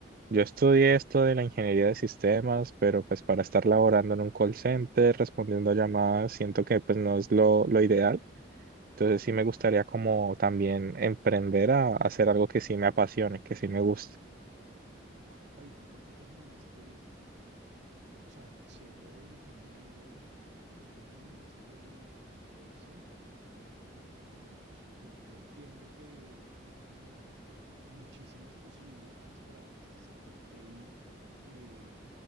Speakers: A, on the right (about 50°); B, on the right (about 70°).
A: yo estudié esto de la ingeniería de sistemas, pero pues para estar laborando en un call center, respondiendo llamadas, siento que pues no es lo, lo ideal. Entonces sí me gustaría como también emprender a, a hacer algo que sí me apasione, que sí me guste.
B: Juanpa, ¿y tú por qué terminaste eh, en un, co- o sea, siendo ingeniero, por qué terminaste en un call center? Porque, pues digamos, yo, yo entiendo que hay como muchísimas posibilidades para este sector TI, eh,